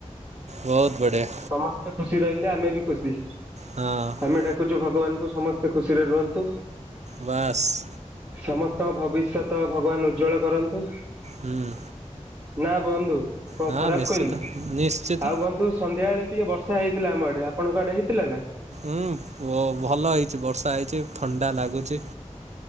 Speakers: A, on the right (about 65°); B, on the right (about 45°).
A: ବୋହୁତ ବଢ଼ିଆ।
B: ସମସ୍ତେ ଖୁସି ରହିଲେ ଆମେ ବି ଖୁସି
A: ହଁ
B: ଆମେ ଡାକୁଚୁ ଭ ଭଗବାନଙ୍କୁ ସମସ୍ତେ ଖୁସିରେ ରୁହନ୍ତୁ।
A: ବାସ୍
B: ସମସ୍ତଙ୍କ ଭବିଷ୍ୟତ ଭଗବାନ ଉଜ୍ବଳ କରନ୍ତୁ।
A: ହୁଁ।
B: ନା ବନ୍ଧୁ କଣ
A: ହଁ
B: ଖରାପ
A: ନିଶ୍ଚିତ
B: କହିଲି
A: ନିଶ୍ଚିତ
B: ଆଉ ବନ୍ଧୁ ସନ୍ଧ୍ୟାବେଳେ ଟିକେ ବର୍ଷା ହେଇଥିଲା ଆମ ଆଡ଼େ ଆପଣଙ୍କ ଆଡ଼େ ହେଇଥିଲା ନା?
A: ଉଁ ୱ ଭଲହେଇଚି ବର୍ଷା ହେଇଚି ଥଣ୍ଡା ଲାଗୁଚି।